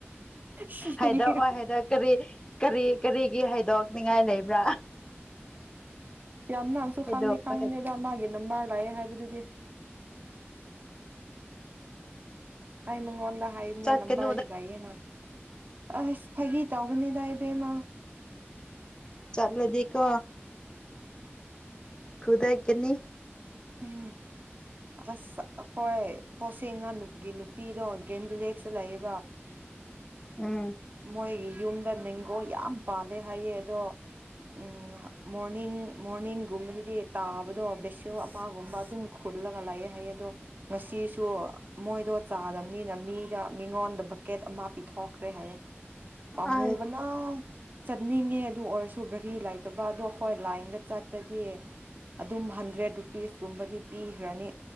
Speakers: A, on the right; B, on the left.
A: ꯁꯤꯔꯦ
B: ꯍꯥꯏꯗꯣꯛꯑꯣ ꯍꯥꯏꯗ ꯀꯔꯤ ꯀꯔꯤ ꯀꯔꯤꯒꯤ ꯍꯥꯏꯗꯣꯛ ꯛꯅꯤꯡꯉꯥꯏ ꯂꯩꯕ꯭ꯔꯥ꯫
A: <inaudible> ꯌꯥꯝ ꯅꯥꯡꯁꯨ
B: ꯍꯥꯏꯗꯣꯛꯄꯒ
A: ꯈꯥꯡꯗꯤ ꯈꯥꯡꯕꯅꯦꯗ ꯃꯥꯒꯤ ꯅꯃꯥ ꯂꯥꯛꯑꯦ ꯍꯥꯏꯕꯗꯨꯗꯤ꯫ ꯑꯩ ꯃꯉꫭꯟꯗ ꯏꯅꯦ
B: ꯆꯠꯀꯅꯨꯗ
A: ꯂꯝꯕꯥꯒ ꯌꯦꯦꯅ ꯑꯁ ꯐꯥꯒꯤ ꯇꯧꯕꯅꯦꯗ ꯏꯕꯦꯝꯃ꯫
B: ꯆꯠꯂꯗꯤꯀꯣ ꯐꯨꯗꯥꯏꯀꯅꯤ
A: ꯎꯝ ꯑꯁ ꯍꯣꯏ ꯄꯣꯠꯁꯦꯡꯉꯥ ꯅꯨꯛꯀꯤ ꯅꯨꯄꯤꯗꯣ ꯒꯦꯝ ꯚꯤꯂꯦꯖꯇ ꯂꯩꯌꯦꯕ꯫
B: ꯎꯝ
A: ꯃꯣꯏꯒꯤ ꯌꯨꯝꯗ ꯃꯦꯡꯒꯣ ꯌꯥꯝ ꯄꯥꯜꯂꯦ ꯍꯥꯏꯌꯦ ꯑꯗꯣ ꯎꯝ ꯃꯣꯔꯅꯤꯡ ꯃꯣꯔꯅꯤꯡꯒꯨꯝꯕꯗꯗꯤ ꯇꯥꯕꯗꯣ ꯕꯦꯁꯤꯜ ꯋꯥ ꯃꯥꯒꯨꯝꯕ ꯑꯗꯨꯝ ꯈꯨꯜꯂꯒ ꯂꯥꯏꯑꯌꯦ ꯍꯥꯏꯌꯦ꯫ ꯑꯗꯣ ꯉꯁꯤꯁꯨ ꯃꯣꯏꯗꯣ ꯆꯥꯗꯕꯅꯤꯅ ꯃꯤꯗ ꯃꯤꯉꯣꯟꯗ ꯕꯛꯀꯦꯠ ꯑꯃ ꯄꯤꯊꯣꯛꯈ꯭ꯔꯦ ꯍꯥꯏꯌꯦꯦ ꯄꯥꯝꯃꯨꯕꯅ
B: ꯑꯥꯏ
A: ꯆꯠꯅꯤꯡꯑꯦ꯫ ꯑꯗꯨ ꯑꯣꯏꯔꯁꯨ ꯘꯔꯤ ꯂꯩꯇꯕ ꯑꯗꯣ ꯍꯣꯏ ꯂꯥꯏꯟꯗ ꯆꯠꯇꯗꯤ ꯑꯗꯨꯝ ꯍꯟꯗ꯭ꯔꯦꯠ ꯄꯤꯁꯀꯨꯝꯕꯗꯤ ꯄꯤꯈ꯭ꯔꯅꯤ